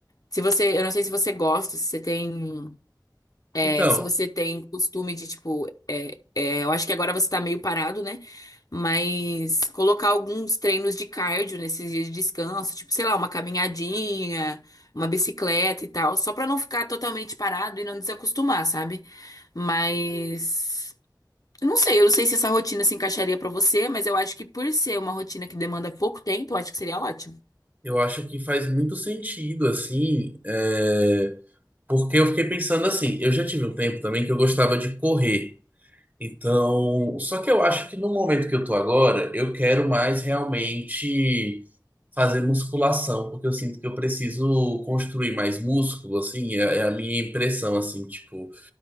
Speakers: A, on the left; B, on the right.
A: Se você, eu não sei se você gosta, se você tem.
B: Então,
A: É, se você tem costume de, tipo, é, é, eu acho que agora você tá meio parado, né? Mas colocar alguns treinos de cardio nesses dias de descanso, tipo, sei lá, uma caminhadinha, uma bicicleta e tal, só pra não ficar totalmente parado e não desacostumar, sabe? Mas eu não sei, eu não sei se essa rotina se encaixaria pra você, mas eu acho que por ser uma rotina que demanda pouco tempo, eu acho que seria ótimo.
B: Eu acho que faz muito sentido, assim, é, porque eu fiquei pensando assim, eu já tive um tempo também que eu gostava de correr. Então, só que eu acho que no momento que eu tô agora, eu quero mais realmente fazer musculação, porque eu sinto que eu preciso construir mais músculo, assim, é é a minha impressão, assim, tipo